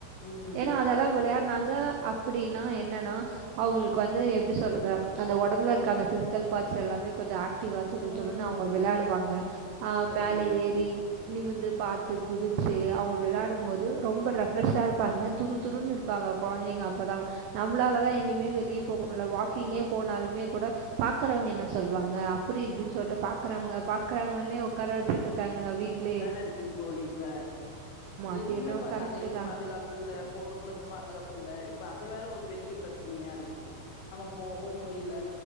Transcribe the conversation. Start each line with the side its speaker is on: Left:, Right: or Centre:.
Left: ம்
Right: எனா அதெலா
Left: அதெல்லா
Right: விளையாட்னாங்க
Left: சொல்லிருக்கே
Right: அப்டின்னா என்னன்னா அவுங்களுக்கு வந்து எப்படி சொல்றது அந்த ஒடம்புல இருக்க அந்த பிசிக்கல் பார்ட்ஸ்
Left: ம்
Right: எல்லாமே கொஞ்சோ ஆக்டிவாக துரு
Left: ம்
Right: துருன்னு அவுங்க வெளையாடுவாங்க
Left: கண்டிப்பாங்க
Right: மேலே ஏறி நிமிந்து பாத்து குதிச்சு
Left: ம்
Right: அவுங்க விளையாடு
Left: ம்
Right: போது ரொம்ப ரெஃப்ரெஷ்ஷா இருப்பாங்க துரு துருன்னு இருப்பாங்க கொழந்தைங்க அப்பதா நம்மளால தா எங்யுமே வெளியே போக முடில வாக்கிங்கே போனாலுமே கூட பாக்குறவங்க என்ன சொல்லுவாங்க அப்டி இப்டின்னு சொல்லிட்டு பாக்குறவங்க பாக்கறாங்கன்னே உக்கார வச்சுட்டு இருக்காங்க வீட்லே
Left: இருக்குங்க தோழி இப்ப எதுக்குமே
Right: அது என்னவோ
Left: பா
Right: கரெக்ட்டு
Left: நகைக்கு
Right: தான்.
Left: பாதுகாப்பு இல்ல பொண்ணுங்களுக்கு பாதுகாப்பு இல்ல இப்ப அது வேற ஒரு பெரிய பிரச்சனையா இருக்கு நம்ம போகவு முடியல